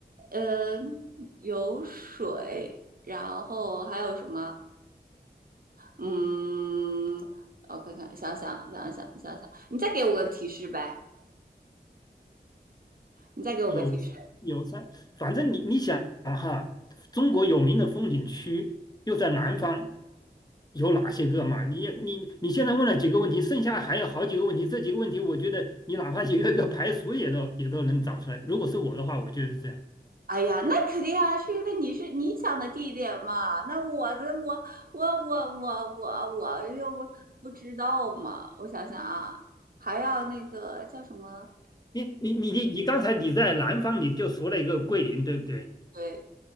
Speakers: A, on the right (about 60°); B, on the left (about 25°).
A: 嗯，有水，然后还有什么？嗯，我看看，想想想想想想，你再给我个提示呗，你再给我个提示。
B: 有有山，反正你你想哈，中国有名的风景区又在南方，有哪些个嘛？你你你现在问了几个问题，剩下还有好几个问题，这几个问题我觉得你哪怕一个个排除也都也都能找出来。如果是我的话，我觉得是这样。
A: 哎呀，那肯定啊，是因为你是你想的地点嘛。那我的我我我我我我就不不知道嘛。我想想啊，还要那个叫什么？
B: 你你你你你刚才你在南方你就说了一个桂林，对不对？
A: 对，